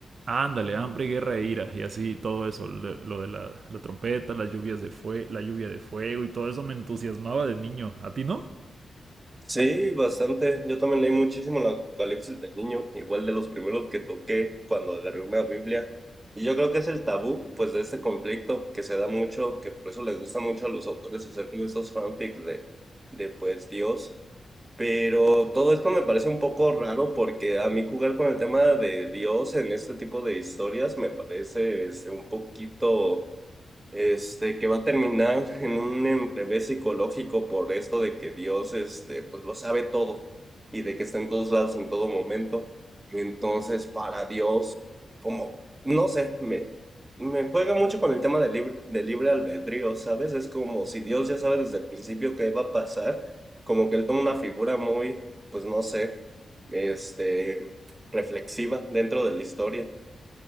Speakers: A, on the right; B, on the right.
A: Ándale, hambre, guerra e ira, y así todo eso, lo, lo de la, la trompeta, las lluvias de fue, la lluvia de fuego y todo eso me entusiasmaba de niño. ¿A ti no?
B: Sí, bastante. Yo también leí muchísimo el Apocalipsis de niño, igual de los primeros que toqué cuando agarré una Biblia. Y yo creo que es el tabú, pues, de este conflicto que se da mucho, que por eso les gusta mucho a los autores hacer como estos fanfics de, de pues, Dios. Pero todo esto me parece un poco raro porque a mí jugar con el tema de Dios en este tipo de historias me parece este, un poquito este, que va a terminar en un enrevés psicológico por esto de que Dios, este, pues lo sabe todo y de que está en todos lados en todo momento. Entonces, para Dios, como, no sé, me, me juega mucho con el tema del libre, del libre albedrío, ¿sabes? Es como si Dios ya sabe desde el principio qué va a pasar, como que él toma una figura muy, pues no sé, este, reflexiva dentro de la historia.